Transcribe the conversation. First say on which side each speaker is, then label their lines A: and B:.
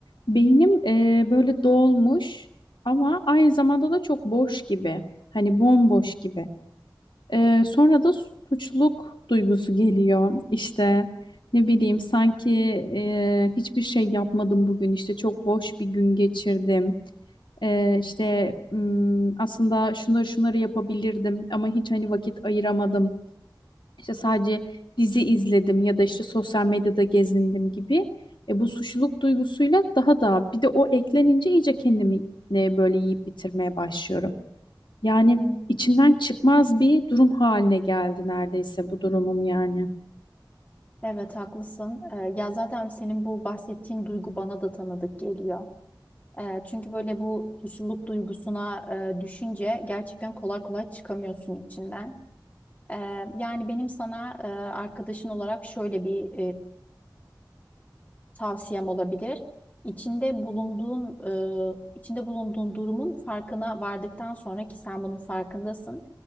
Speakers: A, on the left; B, on the left.
A: beynim e, böyle dolmuş ama aynı zamanda da çok boş gibi. Hani bomboş gibi. Ee, sonra da suçluluk duygusu geliyor. İşte ne bileyim sanki e, hiçbir şey yapmadım bugün. İşte çok boş bir gün geçirdim. Ee, işte mm, aslında şunları şunları yapabilirdim ama hiç hani vakit ayıramadım. İşte sadece dizi izledim ya da işte sosyal medyada gezindim gibi. E, bu suçluluk duygusuyla daha da bir de o eklenince iyice kendimi e, böyle yiyip bitirmeye başlıyorum. Yani
B: Evet,
A: içinden çıkmaz bir durum haline geldi neredeyse bu durumum yani.
B: Evet, haklısın. E, ya zaten senin bu bahsettiğin duygu bana da tanıdık geliyor. E, çünkü böyle bu suçluluk duygusuna e, düşünce gerçekten kolay kolay çıkamıyorsun içinden. E, yani benim sana e, arkadaşın olarak şöyle bir tavsiyem olabilir. İçinde bulunduğun e, içinde bulunduğun durumun farkına vardıktan sonra ki sen bunun farkındasın.